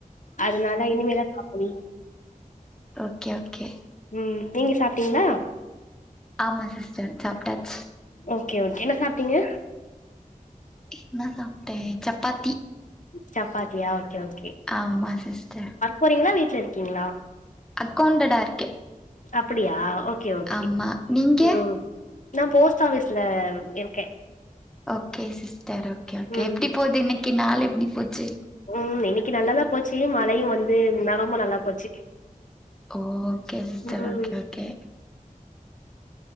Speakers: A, on the left; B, in the centre.
A: அதனால இனிமேதா சாப்புன்னு
B: ஓக்கே ஓக்கே
A: உம் நீங்க சாப்ட்டீங்ளா
B: ஆமா சிஸ்டர் சாப்டாச்சு
A: ஓக்கே ஓக்கே என்ன சாப்ட்டீங்க
B: என்ன சாப்ட்டே சப்பாத்தி
A: சப்பாத்தியா ஓக்கே ஓக்கே
B: ஆமா சிஸ்டர்
A: போறீங்ளா வீட்லயிருக்கீங்ளா
B: அக்கௌண்டடா இருக்கே
A: அப்டியா ஓக்கே ஓக்கே
B: ஆமா நீங்க
A: ம் நா ஃபோஸ்ட் ஆபிஸ்லயிருக்கே
B: ஓக்கே சிஸ்டர் ஓக்கே ஓக்கே
A: ம்
B: எப்டி போது இன்னைக்கு நாள் எப்டி போச்சு
A: ம் இன்னைக்கு நல்லாதா போச்சு மழையு வந்து நா ரொம்ப நல்லா போச்சு
B: ஓக்கே சிஸ்டர்
A: ம்
B: ஓக்கே ஓக்கே